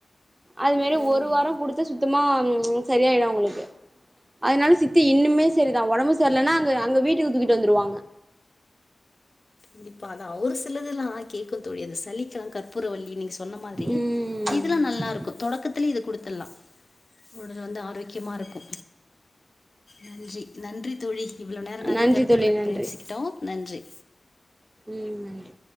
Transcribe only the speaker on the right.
அது மாரி
ஒரு வாரொ குடுத்த சுத்தமா ம் சரியாயிடு அவங்களுக்கு அதனால சித்தி இன்னுமே சரிதா ஒடம்பு சர்லன்னா அங்க அங்க வீட்டுக்கு தூக்கிட்டு வந்துடுவாங்க
ம்
நன்றி
தோழி நன்றி
ம் நன்றி